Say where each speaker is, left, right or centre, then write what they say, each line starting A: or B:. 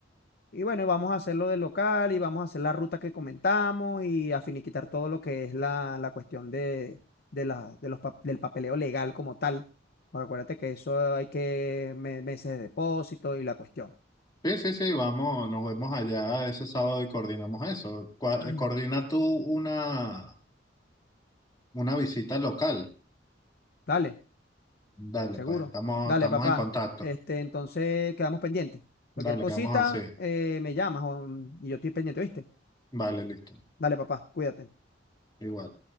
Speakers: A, on the left; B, on the left.
A: Y bueno, y vamos a hacerlo del local y vamos a hacer la ruta que comentamos y a finiquitar todo lo que es la, la cuestión de, de la, de los, pa- del papeleo legal como tal. Porque acuérdate que eso hay que me- meses de depósito y la cuestión.
B: Sí, sí, sí, vamos, nos vemos allá ese sábado y coordinamos eso. Cua-
A: <clears throat>
B: Coordina tú una, una visita local.
A: Dale,
B: Dale,
A: seguro.
B: pues, estamos,
A: Dale,
B: estamos
A: papá.
B: en contacto.
A: Este, entonces quedamos pendientes. Cualquier
B: Dale,
A: cosita,
B: quedamos así.
A: eh, me llamas o- y yo estoy pendiente, ¿viste?
B: Vale, listo.
A: Dale, papá, cuídate.
B: Igual.